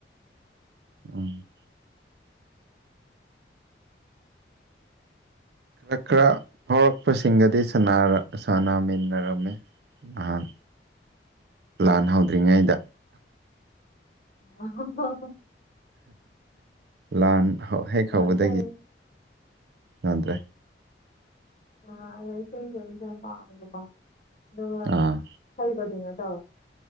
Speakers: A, on the right; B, on the left.
A: ꯎꯝ ꯈꯔ ꯈꯔ ꯐꯥꯎꯔꯛꯄꯁꯤꯡꯒꯗꯤ ꯁꯥꯟꯅꯔ ꯁꯥꯟꯅꯃꯤꯟꯅꯔꯝꯃꯤ ꯅꯍꯥꯟ ꯂꯥꯟ ꯍꯧꯗ꯭ꯔꯤꯉꯩꯗ
B: <unintelligible>
A: ꯂꯥꯟ ꯍꯦꯛ
B: ꯑꯗꯣ
A: ꯍꯧꯕꯗꯒꯤ
B: ꯏꯁꯩ,
A: ꯑꯗ꯭ꯔꯦ
B: ꯑꯥ ꯑꯗꯣ ꯏꯁꯩ ꯏꯁꯩꯗꯤꯁꯨ ꯌꯥꯝ ꯄꯥꯝꯃꯦꯅꯀꯣ ꯑꯗꯨꯒ
A: ꯑꯥ
B: ꯍꯩꯕꯗꯤꯅ ꯇꯧꯋꯦ